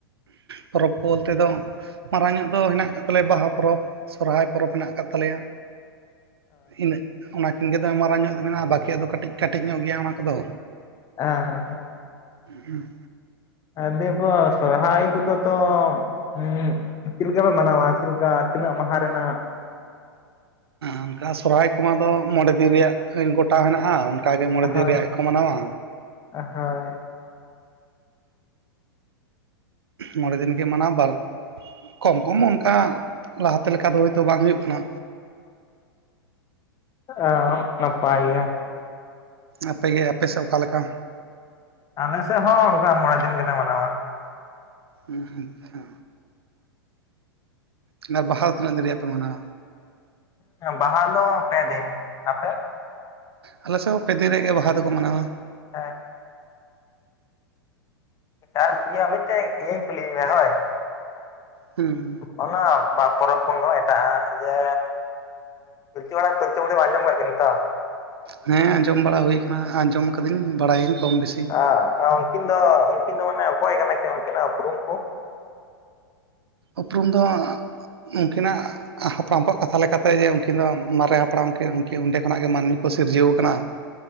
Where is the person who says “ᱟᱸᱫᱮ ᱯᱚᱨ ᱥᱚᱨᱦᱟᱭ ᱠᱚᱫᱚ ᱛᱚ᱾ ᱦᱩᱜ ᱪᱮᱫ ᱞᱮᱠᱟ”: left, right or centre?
Left